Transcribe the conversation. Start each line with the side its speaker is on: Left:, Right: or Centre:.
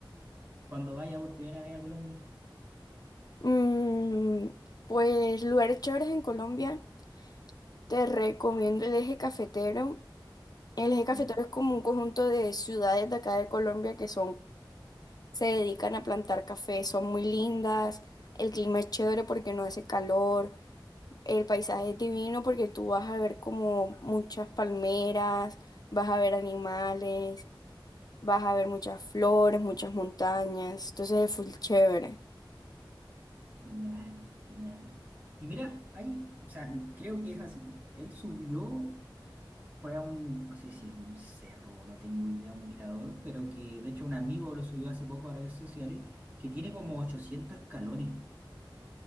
Right: cuando vaya por primera vez a Colombia?
Left: Mm, pues lugares chéveres en Colombia, te recomiendo el eje cafetero. El eje cafetero
Right: Ya,
Left: es como un conjunto de ciudades de acá de Colombia que son, se dedican a plantar café, son muy lindas, el clima es chévere porque no hace calor, el paisaje es divino porque tú vas a ver como muchas palmeras, vas a ver animales, vas a ver muchas flores, muchas montañas, entonces es full chévere.
Right: Genial, genial. Y mira, ahí, o sea, creo que es así. Él subió. Fue a un, no sé si es un cerro, no tengo idea, un mirador, pero que de hecho un amigo lo subió hace poco a redes sociales, que tiene como ochocientos escalones.